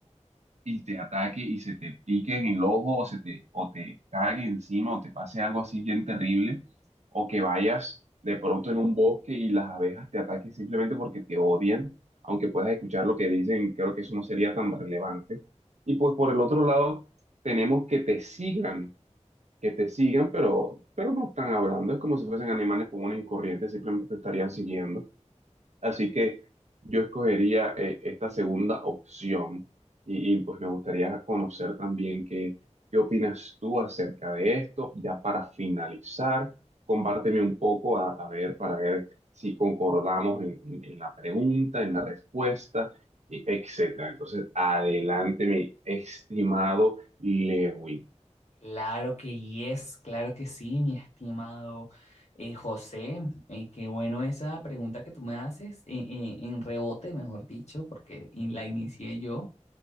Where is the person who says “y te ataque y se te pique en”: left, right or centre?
Right